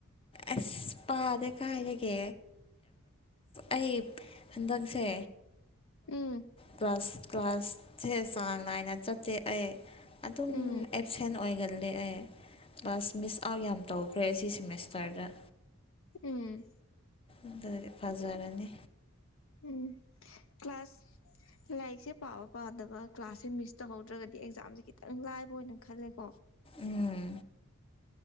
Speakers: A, on the left (about 25°); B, on the left (about 65°).
A: ꯑꯁ ꯄꯥꯗꯦ ꯀꯥꯏꯗꯒꯤ ꯑꯩ ꯍꯟꯗꯛꯁꯦ
B: ꯎꯝ
A: ꯀ꯭ꯂꯁ ꯀ꯭ꯂꯥꯁꯁꯦ ꯆꯥꯡ ꯅꯥꯏꯅ ꯆꯠꯇ‌ꯦ ꯑꯩ ꯑꯗꯨꯝ
B: ꯎꯝ
A: ꯑꯦꯞꯁꯦꯟ ꯑꯣꯏꯒꯜꯂꯦ ꯑꯩ ꯀ꯭ꯂꯥꯁ ꯃꯤꯁ ꯑꯥꯎꯠ ꯌꯥꯝ ꯇꯧꯈ꯭ꯔꯦ ꯁꯤꯁꯤꯃꯁ ꯇꯔꯗ
B: ꯎꯝ
A: ꯑꯗꫭꯏꯗꯤ ꯐꯖꯔꯅꯤ
B: ꯎꯝ ꯀ꯭ꯂꯥꯁ ꯂꯥꯏꯛꯁꯦ ꯄꯕ ꯄꯥꯗꯕ ꯀ꯭ꯂꯥꯁꯁꯦ ꯃꯤꯁ ꯇꯧꯍꯧꯗ꯭ꯔꯒꯗꯤ ꯑꯦꯛꯖꯥꯝꯁꯦ ꯈꯤꯇꯪ ꯂꯥꯏꯕ ꯑꯣꯏꯅ ꯈꯜꯂꯦꯀꯣ
A: ꯎꯝ